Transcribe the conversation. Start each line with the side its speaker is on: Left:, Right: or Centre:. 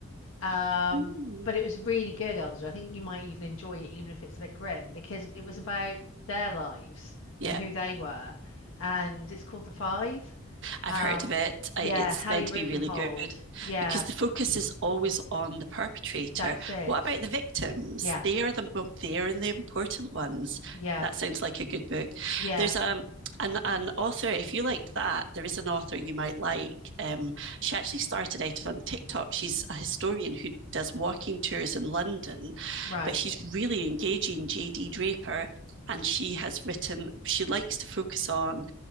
Left: Um,
Right: Ooh.
Left: but it was really good, Elsa. I think you might even enjoy it, even if it's a bit grim, because it was about their lives
Right: yeah.
Left: and who they were. And it's called The Five.
Right: I've
Left: Um,
Right: heard of it. I,
Left: yeah,
Right: it's
Left: Hallie
Right: meant
Left: Rubenhold.
Right: to be really good
Left: Yeah,
Right: because the focus is always on the perpetrator.
Left: that's it.
Right: What about the victims?
Left: Yeah,
Right: They are the well, they are the important ones.
Left: yeah,
Right: That sounds like a good book.
Left: yeah,
Right: There's um an, an author, if you liked that, there is an author you might like. Um, she actually started out on TikTok. She's a historian who does walking tours in London,
Left: right.
Right: but she's really engaging, JD Draper. And she has written, she likes to focus on